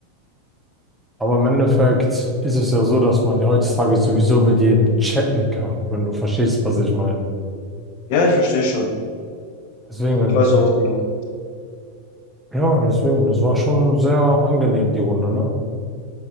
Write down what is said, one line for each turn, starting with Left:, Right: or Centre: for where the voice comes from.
Centre: Aber im Endeffekt ist es ja so, dass man ja heutzutage sowieso mit jedem chatten kann, wenn du verstehst, was ich meine.
Left: Ja, ich verstehe schon.
Centre: Deswegen, wenn,
Left: Ich weiß, worauf du noch.
Centre: ja, deswegen, das war schon sehr angenehm, die Runde, ne?